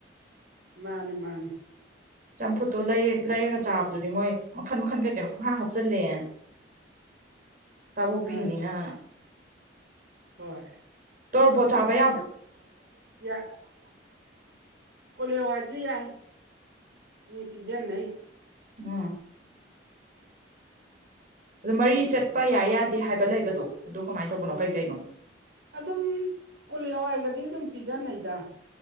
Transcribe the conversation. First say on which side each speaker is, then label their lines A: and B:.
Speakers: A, on the right; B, on the right.
A: ꯃꯥꯅꯦ ꯃꯥꯅꯦ
B: ꯆꯝꯐꯨꯠꯇꯣ ꯂꯩꯔꯒ ꯆꯥꯕꯗꯨꯗꯤ ꯃꯣꯏ ꯃꯈꯜ ꯃꯈꯜꯒ ꯀꯩꯅꯣ ꯄꯨꯡꯍꯥ ꯍꯥꯞꯆꯤꯜꯂꯦ ꯇꯕꯨ ꯄꯤꯅꯤꯅ
A: ꯑꯥ ꯍꯣꯏ
B: ꯇꯧꯔꯛꯣ ꯆꯥꯕꯩ
A: ꯌꯥ ꯀꯅ ꯑꯋꯥꯖ ꯌꯥꯏ ꯃꯤ ꯄꯤꯖꯅ
B: ꯎ ꯑꯗꯨ ꯃꯔꯤ
A: ꯆꯝꯐꯨꯠꯁꯤ
B: ꯆꯠꯄ ꯌꯥꯏ ꯌꯥꯗꯦ ꯍꯥꯏꯕ ꯂꯩꯕꯗꯣ ꯑꯗꯨ ꯀꯃꯥꯏꯅ ꯇꯧꯕꯅꯣ
A: ꯑꯧ
B: ꯀꯩ ꯀꯩꯅꯣ
A: ꯑꯗꯨꯝ ꯀꯣꯂꯦꯝꯋꯥꯏꯒꯗꯤ ꯑꯗꯨꯝ ꯄꯤꯖꯅꯩꯗ